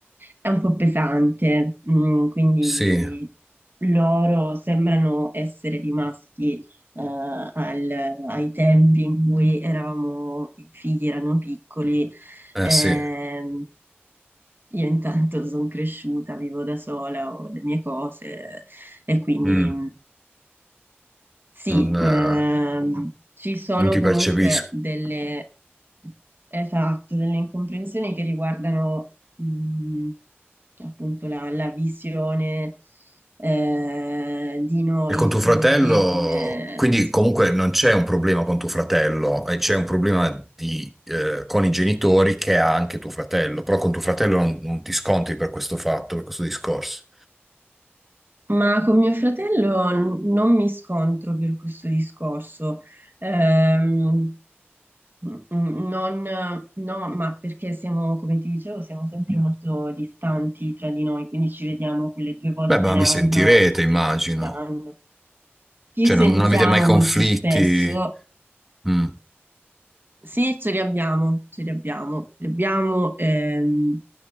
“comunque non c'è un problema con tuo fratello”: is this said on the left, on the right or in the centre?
Centre